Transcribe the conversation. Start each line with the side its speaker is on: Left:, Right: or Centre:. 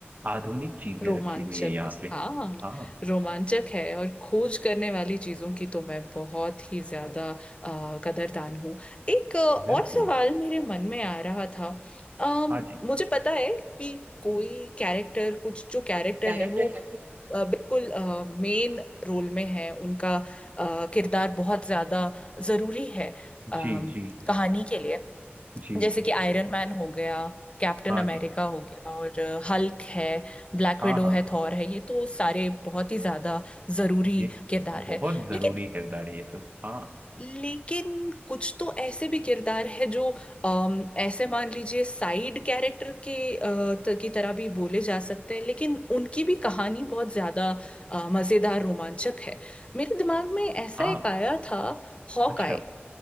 Right: आधुनिक चीजें
Left: रोमांचक
Right: रखी हुई है यहाँ
Left: है
Right: जी पे
Left: हाँ
Right: हाँ
Left: रोमांचक है और खोज करने वाली चीजों की तो मैं बहुत ही ज्यादा अ, कदरदान हूँ एक अ, और
Right: बिल्कुल
Left: सवाल मेरे मन में आ रहा था अम,
Right: हाँ जी
Left: मुझे पता है कि कोई कैरेक्टर कुछ जो कैरेक्टर
Right: कैरेक्टर
Left: है वो
Right: है वो।
Left: अ, बिल्कुल मेन रोल में है उनका अ, किरदार बहुत ज्यादा जरूरी है
Right: जी
Left: अम,
Right: जी
Left: कहानी के लिए
Right: जी
Left: जैसे कि आयरन मैन हो गया कैप्टन
Right: हाँ
Left: अमेरिका
Right: जी
Left: हो गया और हल्क है ब्लैक
Right: हाँ
Left: विडो
Right: हाँ
Left: है थॉर है ये तो सारे बहुत ही ज्यादा जरूरी
Right: ये
Left: किरदार
Right: बहुत
Left: है
Right: जरूरी
Left: लेकिन
Right: किरदार है ये सब हाँ
Left: लेकिन कुछ तो ऐसे भी किरदार है जो अम, ऐसे मान लीजिए साइड कैरेक्टर के अ, त, की तरह भी बोले जा सकते हैं लेकिन उनकी भी कहानी बहुत ज्यादा अ, मजेदार रोमांचक है मेरे दिमाग में ऐसा
Right: हाँ
Left: एक आया था हॉकाई
Right: अच्छा